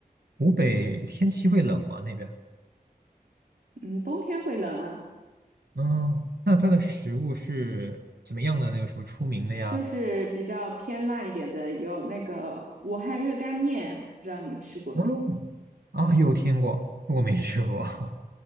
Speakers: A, on the right; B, on the right.
A: 湖北天气会冷吗？那边？
B: 嗯，冬天会冷啊，
A: 嗯，那它的食物是怎么样的那个什么出名的呀？
B: 就是比较偏辣一点的，有那个武汉热干面，不知道你吃过没？
A: 嗯，啊，有听过，不过没吃过。<laughs>